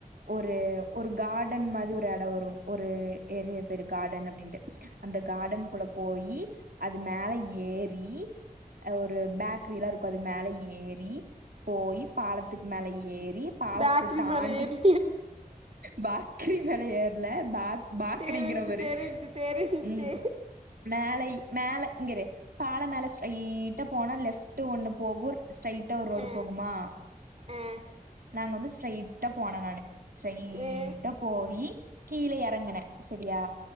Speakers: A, on the right; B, on the right.
A: ஒரு ஒரு கார்டன் மாரி ஒரு எடம் வரும் ஒரு ஏரியா பேரு கார்டன் அப்டின்ட்டு அந்த கார்டன் குள்ள போயி அது மேல ஏறி ஒரு பேக் கரிலா இருக்கு அது மேல ஏறி போயி பாலத் துக் மேல ஏறி பாலத்த
B: பேக்கரி
A: தாண்டி
B: மேல ஏறி
A: பாக்கரி மேல ஏறல பாக் பாக்கரிங்கிற
B: தெரிஞ்சு
A: பாரு
B: தெரிஞ்சு தெரிஞ்சு
A: ம் மேல மேல ங்கரு பால மேல ஸ்ட்ரைட்டா போனா லெஃப்ட் ஒண்ணு போகு ஸ்ட்ரைட்டா ஒரு ரோடு
B: ஆ
A: போகுமா
B: ஆ
A: நாங்க வந்து ஸ்ட்ரைட்டா போனே நானு ஸ்ட்ரயிட்டா
B: ஆ
A: போயி கீழ எறங்கனே சரியா